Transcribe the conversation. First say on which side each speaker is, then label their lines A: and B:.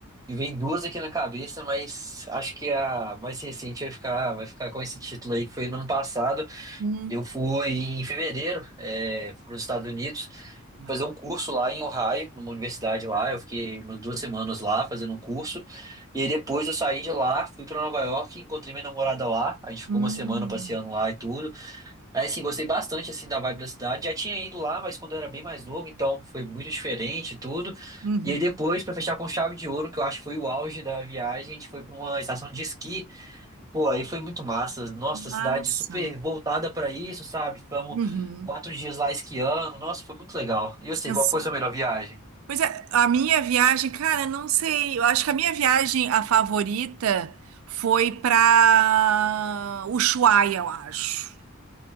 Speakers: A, on the right (about 15°); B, on the right (about 75°).
A: me vem duas aqui na cabeça, mas acho que a mais recente vai ficar, vai ficar com esse título aí, que foi no ano passado.
B: Hum,
A: Eu fui em fevereiro, para os Estados Unidos,
B: ma-
A: fazer um curso lá em Ohio, numa universidade lá. Eu fiquei umas duas semanas lá fazendo um curso. E aí depois eu saí de lá, fui para Nova York, encontrei minha namorada lá. A gente ficou
B: hum,
A: uma semana passeando lá e tudo. Aí, assim, gostei bastante, assim, da vibe da cidade. Já tinha ido lá, mas quando eu era bem mais novo, então foi muito diferente e tudo.
B: uhum.
A: E aí depois, pra fechar com chave de ouro, que eu acho que foi o auge da viagem, a gente foi pra uma estação de esqui. Pô, aí foi muito massa. Nossa,
B: Massa.
A: cidade super voltada pra isso, sabe? Ficamos
B: Uhum.
A: quatro dias lá esquiando. Nossa, foi muito legal. E eu
B: Sensacional.
A: sei, qual que foi a sua melhor viagem?
B: Pois é, a minha viagem, cara, não sei. Eu acho que a minha viagem, a favorita, foi pra Ushuaia, eu acho.